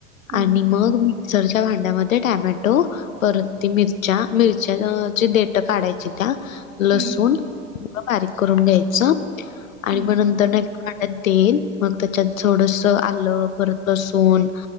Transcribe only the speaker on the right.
हम्म
हम्म
हम्म